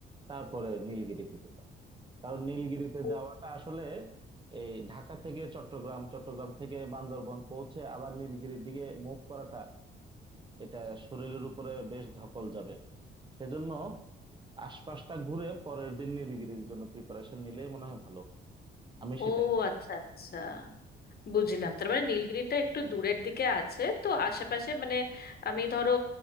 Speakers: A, on the right (about 25°); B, on the left (about 50°).
A: তারপরে নীলগিরিতে যেতাম কারণ নীলগিরিতে
B: ও
A: যাওয়াটা আসলে এই ঢাকা থেকে চট্টগ্রাম চট্টগ্রাম থেকে বান্দরবন পৌঁছে আবার নীলগিরির দিকে মুভ করাটা এটা শরীরের উপরে বেশ ধকল যাবে সেজন্য আশপাশটা ঘুরে পরের দিন নীলগিরির জন্য প্রিপারেশন নিলে মনে হয় ভালো আমি
B: ও,
A: সেটাই
B: আচ্ছা আচ্ছা বুঝলাম তার মানে নীলগিরিটা একটু দূরের দিকে আছে তো আশেপাশে মানে আমি ধরো